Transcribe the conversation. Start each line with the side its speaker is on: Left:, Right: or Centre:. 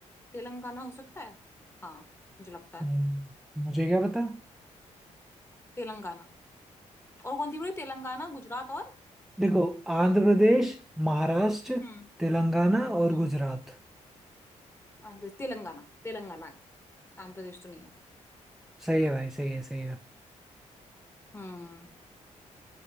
Left: तेलंगाना हो सकता है हाँ मुझे लगता
Centre: हम्म,
Left: है
Centre: मुझे क्या पता
Left: तेलंगाना और कौन सी बोली तेलंगाना गुजरात और
Centre: देखो आंध्र प्रदेश महाराष्ट्र
Left: हम्म
Centre: तेलंगाना और
Left: हम्म
Centre: गुजरात
Left: आंध्र प्रदेश तेलंगाना तेलंगाना है आंध्र प्रदेश तो नहीं है
Centre: सही है भाई सही है सही है
Left: हम्म